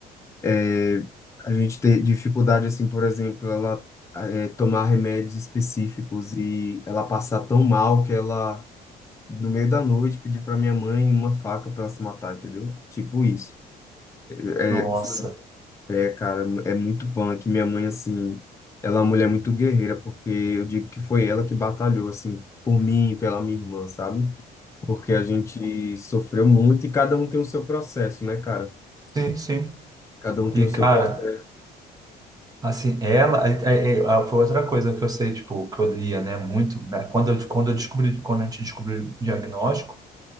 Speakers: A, on the left (about 15°); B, on the right (about 20°).
A: é, a gente ter dificuldade, assim, por exemplo, ela eh, tomar remédios específicos e ela passar tão mal que ela no meio da noite, pedir pra minha mãe uma faca pra ela se matar, entendeu? Tipo isso. É,
B: Nossa.
A: é, foi- é, cara, é muito punk. Minha mãe, assim, ela é uma mulher muito guerreira, porque eu digo que foi ela que batalhou, assim, por mim e pela minha irmã, sabe? Porque a gente sofreu muito e cada um tem o seu processo, né, cara?
B: Sim, sim.
A: Cada um tem
B: E,
A: o
B: cara,
A: seu processo.
B: Assim, ela é, é- é- foi outra coisa que eu sei, tipo, que eu lia, né, muito, né? Quando eu, quando eu descobri, quando a gente descobriu o diagnóstico,